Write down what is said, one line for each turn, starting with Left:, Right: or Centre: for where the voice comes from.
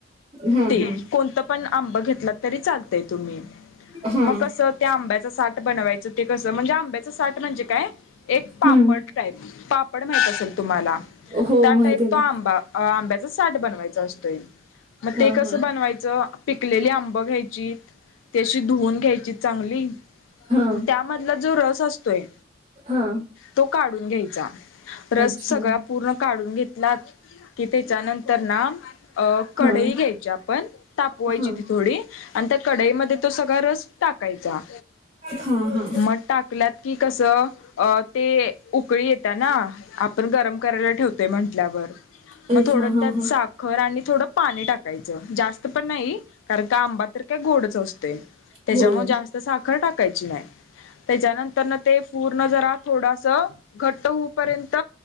Right: हम्म
Left: ते.
Right: हम्म.
Left: कोणतं पण आंबा घेतला तरी चालतंय तुम्ही
Right: हा हा हा
Left: मग कसं त्या आंब्याच साठ बनवायचं ते कसं म्हणजे आंब्याच साठ म्हणजे काय एक पड
Right: हम्म
Left: टाईप पापड माहित असेल तुम्हाला
Right: हो
Left: त्या
Right: माहिती
Left: टाईप
Right: आहे
Left: तो
Right: ना
Left: आंबा अं आंब्या साठ बनवायचं असतोय. मग
Right: हा
Left: ते कसं
Right: हा
Left: बनवायचं अ पिकलेली आंबं घेयची ते धुवून घ्यायची चांगली.
Right: हा
Left: त्यामधला जो रस असतोय
Right: हा
Left: तो काढून घ्यायचा रस
Right: अच्छा
Left: सगळा पूर्ण काढून घेत ला कि त्याच्यानंतर ना अ कढई
Right: हा
Left: घ्यायची आपण तापवायची
Right: हा हा
Left: ती थोडी आणि त्या कढईमध्ये तो सगळा रस टाकायचा
Right: हा
Left: मग टाकलात कि कसं अ ते उकळी येते ना आपण गरम करायला ठेवतो ते म्हटल्यावर
Right: अच्छा
Left: मग थोडं
Right: हा
Left: त्यात
Right: हा
Left: साखर आणि थोडं पाणी टाकायचं जास्त पण नाही कारण का आंबा तर काय गोडच असतोय त्याच्यामुळे
Right: होय
Left: जास्त साखर टाक नाही त्याच्यानंतर ते पूर्ण जरा थोडं असं घट्ट होऊ पर्यंत